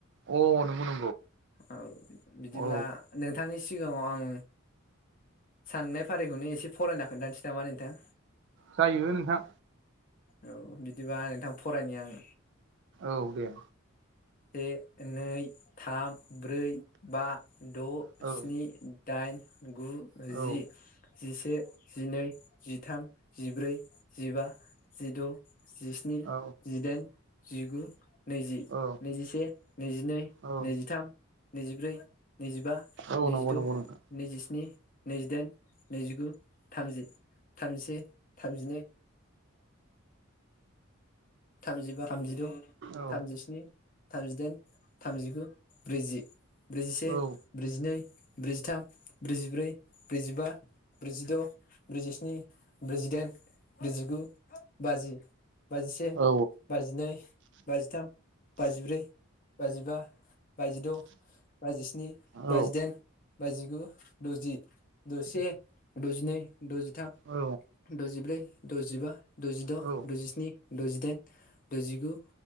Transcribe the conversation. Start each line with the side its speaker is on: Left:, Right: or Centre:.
Right: अ नंगौ नंगौ
Left: औ बिदिब्ला
Right: औ
Left: नोंथांनि सिगाङाव आं साननाय फारिखौनो एसे फरायना खोन्थानोसै नामा नोंथां
Right: जायो नोंथां
Left: औ बिदिबा नोंथां फरायनि आं
Right: औ दे
Left: से नै थाम ब्रै बा द'
Right: औ
Left: स्नि दाइन गु‌
Right: औ
Left: जि जिसे जिनै जिथाम जिब्रै जिबा जिद' जिस्नि
Right: औ
Left: जिदाइन जिगु नैजि
Right: औ
Left: नैजिसे नैजिनै
Right: औ
Left: नैजिथाम नैजिब्रै नैजिबा
Right: औ
Left: नैजिद'
Right: नंगौ नंगौ नोंथां
Left: नैजिस्नि नैजिदाइन नैजिगु थामजि थामजिसे थामजिनै थामजिबा थामजिद'
Right: औ
Left: थामजिस्नि थामजिदाइन थामजिगु ब्रैजि ब्रैजिसे
Right: औ
Left: ब्रैजिनै ब्रैजिथाम ब्रैजिब्रै ब्रैजिबा ब्रैजिद' ब्रैजिस्नि ब्रैजिदाइन ब्रैजिगु बाजि बाजिसे
Right: औ
Left: बाजिनै बाजिथाम बाजिब्रै बाजिबा बाजिद' बाजिस्नि
Right: औ
Left: बाजिदाइन बाजिगु द'जि दसे दजिनै द'जिथाम
Right: औ
Left: द'जिब्रै द'जिबा द'जिद'
Right: औ
Left: द'जिस्नि द'जिदाइन द'जिगु